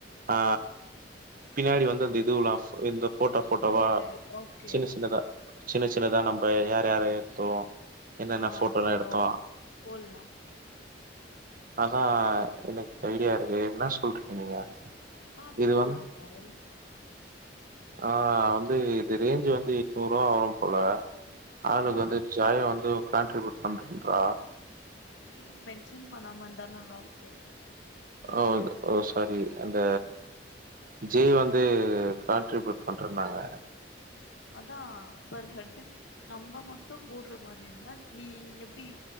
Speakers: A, on the right; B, on the left.
A: ஆ பின்னாடி வந்து அந்த இதுலா எ போட்டோ போட்டோவா
B: புரியுது ஓகே
A: சின்ன சின்னத சின்ன சின்னதா நம்ம யார் யார எடுத்தோ என்னென்ன
B: ஆ
A: போட்டோலா
B: சரி
A: எடுத்தோ
B: ஓகே போடலா
A: அதா எனக்கு ஐடியா இருக்கு என்ன சொல்றீங்க நீங்க
B: ஆ
A: இது
B: போட்லா
A: வந்து
B: பாய்
A: ஆ வந்து இது ரேஞ்ச் வந்து எட்நூறு ரூவா வரு போல ஆளுக்கு
B: ஆ
A: வந்து ஜாயா வந்து கான்ட்ரிபியூட் பண்றீங்ளா
B: நேம் மென்ஷன் பண்ணாம இருந்தா நல்லா இருக்கு
A: ஓ ஓ சாரி அந்த ஜே வந்து கான்ட்ரிபியூட் பண்றனாங்க
B: அதா பர் ஹெட்டு நம்ம மட்டு போட்ற மாரி இருந்தா நீ எப்டி